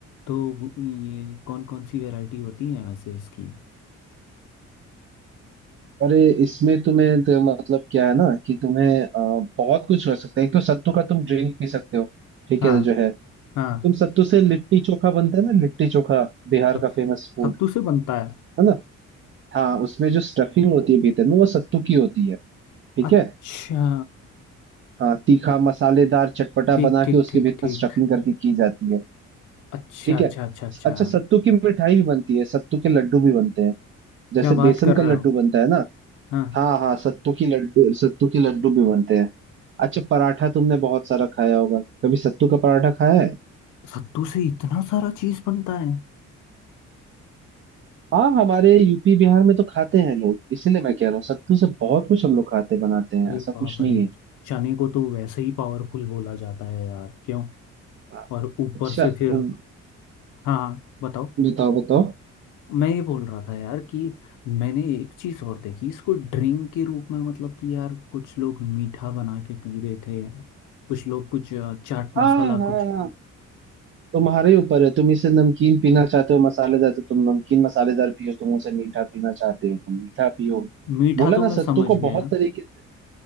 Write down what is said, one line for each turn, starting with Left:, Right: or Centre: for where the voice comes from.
Left: तो ये कौन कौन सी वैरायटी होती है वैसे इसकी
Right: अरे इसमें तुम्हें तो मतलब क्या है ना कि तुम्हें अ, बहुत कुछ हो सकता है एक तो सत्तू का तुम ड्रिंक पी सकते हो ठीक
Left: हाँ
Right: है जो है
Left: हाँ
Right: तुम सत्तू से लिट्टी चोखा बनता है ना लिट्टी चोखा बिहार
Left: सत-
Right: का फेमस फूड
Left: सत्तू से बनता है
Right: है ना हाँ उसमें जो स्टफिंग होती है भीतर में वो सत्तू की होती है ठीक
Left: अच्छा
Right: है हाँ तीखा मसालेदार चटपटा
Left: ठीक
Right: बना
Left: ठीक
Right: के उसके
Left: ठीक
Right: भीतर
Left: ठीक
Right: स्टफिंग करके की जाती है
Left: अच्छा
Right: ठीक
Left: अच्छा
Right: है
Left: अच्छा अच्छा
Right: अच्छा सत्तू की मिठाई भी बनती है सत्तू के लड्डू भी बनते हैं
Left: क्या
Right: जैसे
Left: बात
Right: बेसन
Left: कर रहे
Right: का लड्डू
Left: हो
Right: बनता है ना
Left: हाँ
Right: हाँ हाँ सत्तू की लड्डू सत्तू की लड्डू भी बनते हैं अच्छा पराठा तुमने बहुत सारा खाया होगा कभी सत्तू का पराठा खाया है
Left: सत्तू से इतना सारा चीज बनता है
Right: हाँ हमारे यूपी बिहार में तो खाते हैं लोग इसीलिए मैं कह रहा हूँ सत्तू से बहुत कुछ हम लोग खाते बनाते हैं
Left: अरे
Right: ऐसा कुछ
Left: बाप
Right: नहीं
Left: रे
Right: है
Left: चने को तो वैसे ही पावरफुल बोला जाता है यार क्यों
Right: हाँ।
Left: और ऊपर
Right: अच्छा
Left: से फिर
Right: उम,
Left: हाँ हाँ, बताओ
Right: बताओ बताओ
Left: मैं ये बोल रहा था यार कि मैंने एक चीज और देखी इसको ड्रिंक के रूप में मतलब कि यार कुछ लोग मीठा बना के पी रहे थे कुछ लोग कुछ अ, चाट मसाला
Right: हाँ हाँ
Left: कुछ
Right: हाँ तुम्हारे ऊपर है तुम इसे नमकीन पीना चाहते हो मसालेदार तो तुम नमकीन मसालेदार पियो तुम उसे मीठा पीना चाहते हो तुम मीठा पियो
Left: मीठा
Right: बोला
Left: तो
Right: ना
Left: मैं
Right: सत्तू
Left: समझ
Right: को
Left: गया
Right: बहुत तरीके से